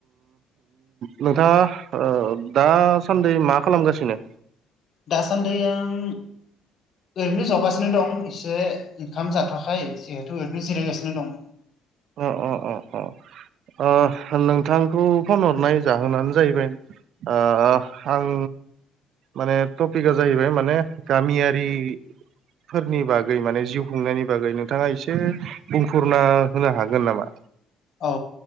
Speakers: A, on the right; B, on the left.
A: नोंथाङा दासान्दि मा खालामगासिनो?
B: दासान्दै आं ओरैनो जावगासिनो दं एसे ओंखाम जाथ'वाखै जिहेथु ओरैनो जिरायगासिनो दं।
A: अ अ अ अ नोंथांखौ फन हरनाय जाहोनानो जाहैबाय अ आं माने टपिका जाहैबाय माने गामियारि फोरनि बागै माने जिउ खुंनायनि बागै नोंथाङा एसे बुंफोरना होनो हागोन नामा?
B: औ